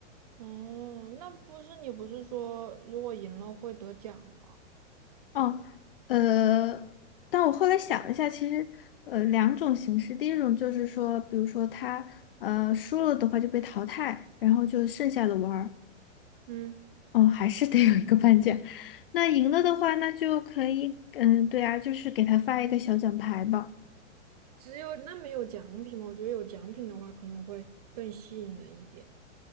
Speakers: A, on the right; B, on the left.
A: 哦，那不是你不是说如果赢了会得奖吗？
B: 哦，呃，但我后来想了一下，其实呃两种形式，第一种就是说，比如说他呃输了的话就被淘汰，然后就剩下的玩儿，
A: 嗯，
B: 哦，还是得有一个颁奖。那赢了的话，那就可以，嗯，对啊，就是给他发一个小奖牌吧。
A: 只有那没有奖品吗？我觉得有奖品的话可能会更吸引人一点。